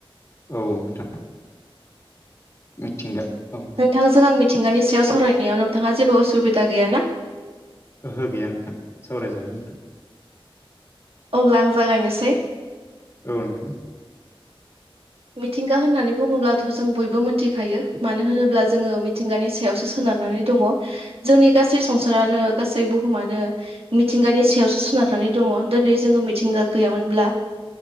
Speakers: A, on the left; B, on the right.
A: औ नोंथां मिथिंगा औ
B: नोंथांजों आं मिथिंगानि सायाव सावरायनायाव नोंथाङा जेबो असुबिदा गैया ना
A: ओहो गैया नोंथां सावरायजागोन नोंथां
B: अब्ला आं जागायनोसै।
A: औ नोंथां।
B: मिथिंगा होननानै बुङोब्लाथ' जों बयबो मिथिखायो मानो होनोब्ला जोङो मिथिंगानि सायावसो सोनारानानै दङ जोंनि गासै संसारानो गासै बुहुमानो मिथिंगानि सायावसो सोनारनानै दङ दिनै जोङो मिथिंगा गैयामोनब्ला।